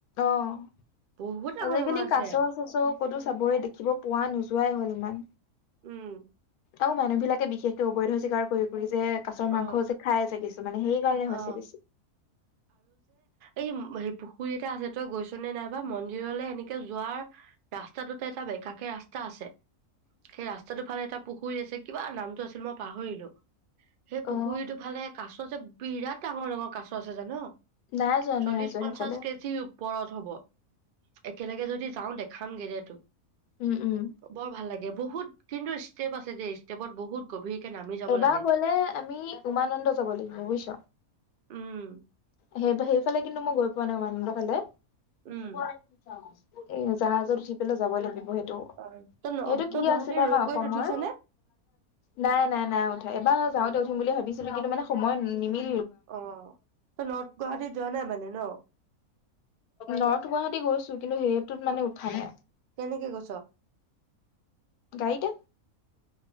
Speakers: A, on the left (about 85°); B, on the right (about 65°).
A: অ',
B: বহুত ডাঙৰ
A: আজিকালি
B: ডাঙৰ আছে
A: কাছ-চাছ তো, ক'তো চাবই দেখিব পোৱা নোযোৱাই হ'ল ইমান।
B: উম।
A: আৰু মানুহ বিলাকে বিশেষকৈ অবৈধ চিকাৰ কৰি ফুৰি যে, কাছৰ
B: অ
A: মাংস যে খাই যে কিছুমানে, সেই কাৰণে
B: অ
A: হৈছে বেছি।
B: এই-উম-হেৰি পুখুৰী এটা আছে, তই গৈছ নে নাই বা? মন্দিৰলে এনেকে যোৱাৰ ৰাস্তাটোতে এটা বেকাকে ৰাস্ তা আছে। সেই ৰাস্তাটো ফালে এটা পুখুৰী আছে কিবা নামটো আছিল, মই পাহৰিলো। সেই
A: অ'
B: পুখুৰীটো ফালে কাছ যে, বিৰাট ডাঙৰ ডাঙৰ কাছ দশ হাজাৰ ন?
A: নাই যোৱা
B: চল্লিশ,
A: নাই যোৱা সেইফালে।
B: পঞ্চাশ কেজি ওপ পৰত হ'ব। একেলগে যদি যাওঁ দে। খামগে দে তোক
A: উম, উম।
B: বৰ ভাল লা বহুত কিন্তু ইষ্টেপ আছে দেই। ইষ্টেপ বহুত গভীৰ নামি যাব
A: এবাৰ
B: লাগে।
A: গ'লে আমি উমানন্দ যাব লাগিব। বুজিছ?
B: উম
A: -সেইফা সেইফালে কিন্তু মই গৈ পোৱা নাই উমানন্দ ফালে।
B: উম
A: গৈ পোৱা নাই নেকি <unintelligible> এ' জাহাজত উঠি পেলাই যাবই লাগিব, সেই
B: অ তই ন
A: সেইটো
B: তই
A: কি
B: গুৱাহাটীৰ
A: আছিলে
B: ৰৌপৱেত
A: জান' অসমৰ?
B: উঠিছ নে
A: নাই নাই। নাই উঠা এবাৰ যাওঁতে উঠিম বুলি ভাবিছিলো, কিন্তু মানে সময় নিমিলিল
B: অ'। তই নৰ্থ গুৱাহাটীত যোৱা নাই মানে ন?
A: নৰ্থ গুৱাহাটী গৈছো কিন্তু সেইটোত মানে উঠা নাই।
B: কেনেকৈ গৈ?
A: গাড়ীতে।